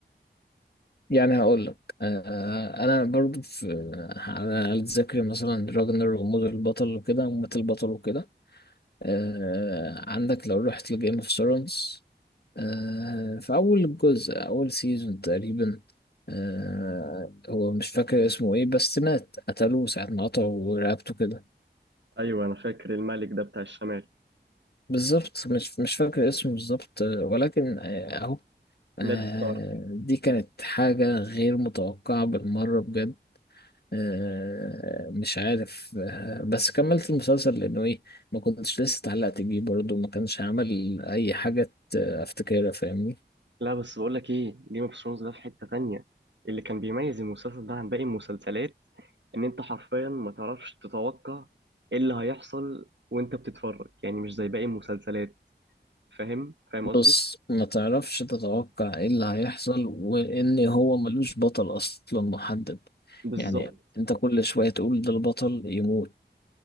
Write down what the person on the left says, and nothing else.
يعني هقول لك آه أنا برضو في على على ذكر مثلا راجنر وموت البطل وكده ومات البطل وكده آه عندك لو رحت لجيم اوف ثرونز آه في أول جزء أول سيزون تقريبا آه هو مش فاكر اسمه إيه بس مات قتلوه ساعة ما قطعوا رقبته كده
بالظبط مش مش فاكر اسمه بالظبط آه، ولكن آه، أهو آه
دي كانت حاجة غير متوقعة بالمرة بجد آه مش عارف آه بس كملت المسلسل لأنه إيه ما كنتش لسه اتعلقت بيه برضه ما كانش عمل أي حاجة آه، أفتكرها فاهمني
بص ما تعرفش تتوقع ايه اللي هيحصل وان هو ملوش بطل اصلا محدد
يعني انت كل شوية تقول ده البطل يموت